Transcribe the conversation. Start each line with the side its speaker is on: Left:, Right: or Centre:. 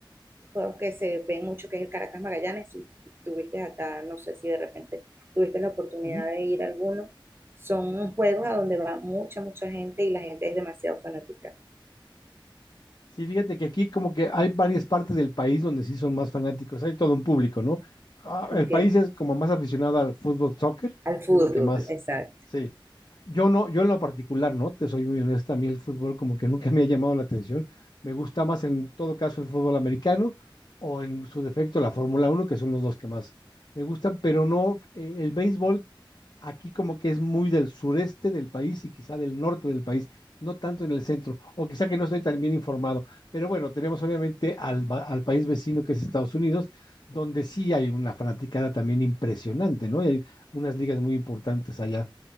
Right: juegos que se ven mucho, que es el Caracas Magallanes. Si tuviste acá, no sé si de repente tuviste la oportunidad
Left: ujú.
Right: de ir a alguno. Son juegos a donde va mucha, mucha gente y la gente es demasiado fanática.
Left: Sí, fíjate que aquí como que hay varias partes del país donde sí son más fanáticos, hay todo un público, ¿no? Ah,
Right: Ok,
Left: el país es como más aficionado al fútbol, soccer,
Right: Al fútbol,
Left: es lo que más,
Right: exacto.
Left: sí. Yo no, yo en lo particular, ¿no? Te soy muy honesta, a mí el fútbol como que nunca me ha llamado la atención. Me gusta más en todo caso el fútbol americano o en su defecto la Fórmula Uno, que son los dos que más me gustan, pero no, eh, el béisbol aquí como que es muy del sureste del país y quizá del norte del país, no tanto en el centro, o quizá que no estoy tan bien informado. Pero bueno, tenemos obviamente al, al país vecino que es Estados Unidos, donde sí hay una fanaticada también impresionante, ¿no? Y hay unas ligas muy importantes allá.